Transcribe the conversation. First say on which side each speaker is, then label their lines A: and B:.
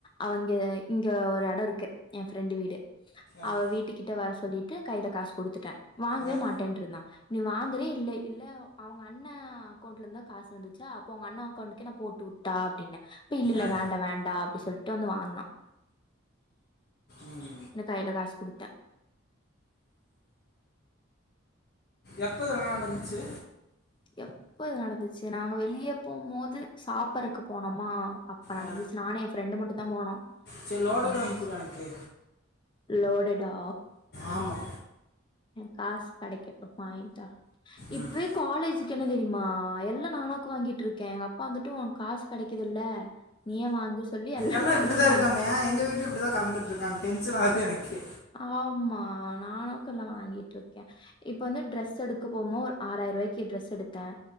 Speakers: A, on the left; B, on the left.
A: அவன் இங்க இங்க ஒரு எடம் இருக்கு என் ஃப்ரெண்டு வீடு
B: ஆ
A: அவ வீட்டுக்கிட்ட வர சொல்லிட்டு கையில காசு குடுத்துட்டேன் வாங்கவே
B: ஆ
A: மாட்டேன்ட்டு இருந்தான் நீ வாங்குறே இல்ல இல்லா அவங்க அண்ணா அக்கௌண்ட்ல இருந்தான் காசு வந்துச்சா அப்போ உன் அண்ணன் அக்கௌண்ட்டக்கே நான் போட்டு வுட் டா அப்டின்னே இப்ப இல்ல இல்ல
B: ஆ
A: வேண்டா வேண்டாம் அப்டின்னு சொல்ட்டு வந்து வாங்கினா
B: ம்
A: ன்னு கையில காசு கொடுத்தன்
B: எப்போ இதல நடந்துச்சு
A: எப் எப்போ இது நடந்துச்சு நாங்க வெளியே போகும்போது சாப்பாடுறக்கு போனோமா அப்ப நடந்துச்சு
B: ஆ,
A: நானே ஃப்ரெண்டு மட்டும் தான் போனோம்
B: சரி லோடர்
A: அப்ப நடந்துச்சு
B: வாங்கி கொடு எனக்கு
A: லோடடா
B: ஆமா
A: என் காசு கடைக்கட்டும் வாங்கிதா இப்பவே
B: ம்
A: காலேஜ் இதுக்கு என்ன தெரியுமா எல்லா நானா புக்கு வாங்கிட்டு இருக்கேன் அப்பா வந்துட்டு காசு கடைக்குதுல்லே நீயே வாங்கு சொல்லி எல்லாம்
B: எல்லா
A: நான்
B: இப்டி தான்
A: வாங்கி
B: இருக்காங்க ஆ எங்க வீட்டுல இப்டி தான் கறந்துட்டு இருக்காங்க டென்ஷன் ஆகுது எனக்கு
A: ஆமா நானாக்கு எல்லா வாங்கிட்டு இருக்கேன் இப்ப வந்து டிரெஸ் எடுக்க போமோ ஆறாயிர ரூவாய்க்கு டிரெஸ் எடுத்தேன்